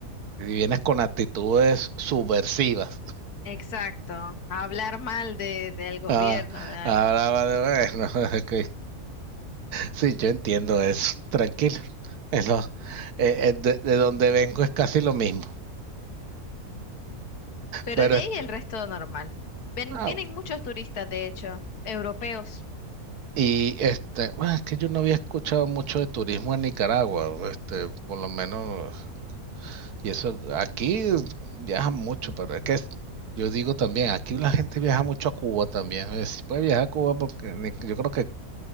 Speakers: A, on the right; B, on the left.
A: Si vienes con actitudes subversivas.
B: Exacto, a hablar mal de, del gobierno,
A: Ah,
B: de algo.
A: ahora vale, bueno, <laughs> ok, sí, yo entiendo eso, tranquilo. Es lo, eh, eh, de, de donde vengo es casi lo mismo,
B: Pero
A: pero
B: de
A: es-
B: ahí el resto normal. Ven,
A: ah,
B: vienen muchos turistas, de hecho, europeos.
A: Y este, bueno, es que yo no había escuchado mucho de turismo en Nicaragua, este, por lo menos, y eso, aquí viajan mucho, pero es que es- yo digo también, aquí la gente viaja mucho a Cuba también, eh, si puede viajar a Cuba porque ni- yo creo que